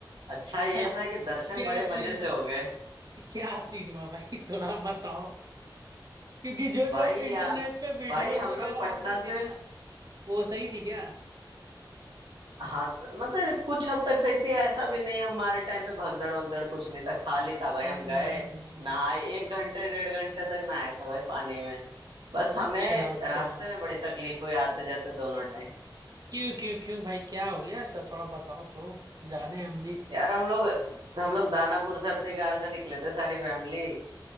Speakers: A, on the right (about 80°); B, on the right (about 50°).
A: अच्छा ये
B: क्या
A: था कि दर्शन
B: क्या
A: बड़े
B: सीन
A: मजे से हो गए
B: क्या सीन हुआ भाई <laughs> थोड़ा बताओ क्योंकि जो जो
A: भाई
B: इंटरनेट
A: या
B: पे वीडियोस
A: भाई हम
B: वगैरह
A: लोग पटना
B: आ रही
A: से
B: थी ना वो सही थी क्या
A: हाँ स- मतलब कुछ हद तक सही थी ऐसा भी नहीं हमारे टाइम पे भगदड़ वगदड़ कुछ नहीं था खाली था भाई
B: हम्म
A: हम गए
B: हम्म, हम्म।
A: नहाए एक घंटे डेढ़ घंटे तक नहाए था भाई पानी में बस
B: अच्छा
A: हमें
B: अच्छा
A: रास्ते में बड़ी तकलीफ हुई आते जाते दोनों टाइम
B: क्यों क्यों क्यों भाई क्या हो गया ऐसा थोड़ा बताओ तो जाने हम भी
A: यार हम लोग हम लोग दानापुर से अपनी कार से निकले थे सारी फैमिली